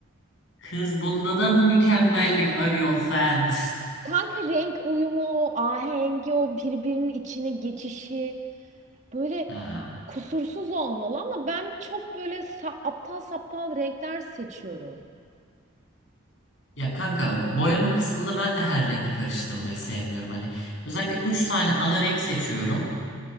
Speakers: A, on the left (about 60°); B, on the right (about 35°).
A: Kız bunda da mı mükemmellik arıyorsun sen?
B: Kanka renk uyumu, o ahengi, o birbirinin içine geçişi. böyle
A: <laughs> Ha.
B: kusursuz olmalı ama ben çok böyle sa- aptal saptal renkler seçiyorum.
A: Ya kanka boyama kısmında ben de her rengi karıştırmayı sevmiyorum. Hani özellikle 3 tane ana renk seçiyorum.